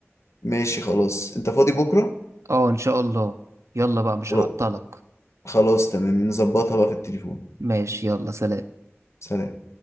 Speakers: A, on the left; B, on the right.
A: ماشي خلاص انت فاضي بكرة
B: اه ان شاء الله يلا بقى مش
A: خلاص
B: هعطلك
A: خلاص، تمام نظبطها بقى في التليفون
B: ماشي يلا سلام
A: سلام